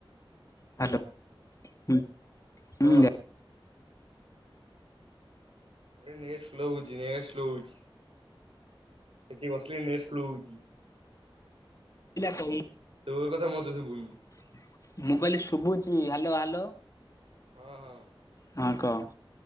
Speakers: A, on the left; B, on the right.
A: ହ୍ୟାଲୋ ହୁଁ ହୁଁ
B: ହଁ
A: ଜା
B: ଆରେ ନେଟ୍ ସ୍ଲୋ ହଉଚି ନେଟ୍ ସ୍ଲୋ ହଉଚି। ସେଠି ବସିଲେ ନେଟ୍ ସ୍ଲୋ ହଉଚି।
A: ପିଲା କହି
B: ତୋର କଥା ମତେ
A: ମୁଁ
B: ଶୁଭୁନି।
A: କହିଲେ ଶୁବୁଚି ଆ ହ୍ୟାଲୋ ହ୍ୟାଲୋ।
B: ହଁ।
A: ହଁ କ।